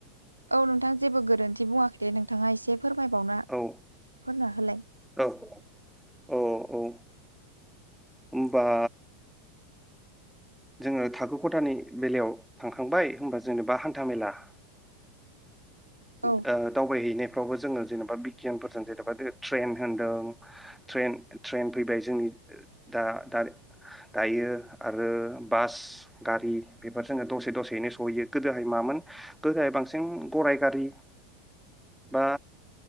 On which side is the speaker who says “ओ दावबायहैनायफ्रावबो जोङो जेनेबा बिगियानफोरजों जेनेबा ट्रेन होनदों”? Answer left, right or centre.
Centre